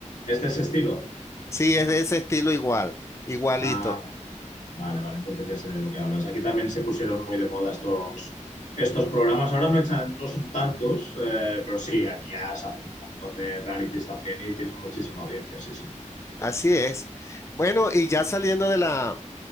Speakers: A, on the left; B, on the left.
A: ¿Este ¿Es de ese estilo?
B: Sí, es de ese estilo igual, igualito.
A: Ah, vale. Vale, vale. Entonces ya sé de lo que hablas. Aquí también se pusieron muy de moda estos, estos programas. Ahora no echan, no son tantos, eh, pero sí, aquí ya se hacen un montón de realities también y tienen muchísima audiencia, sí, sí.
B: Así es. Bueno, y ya saliendo de la,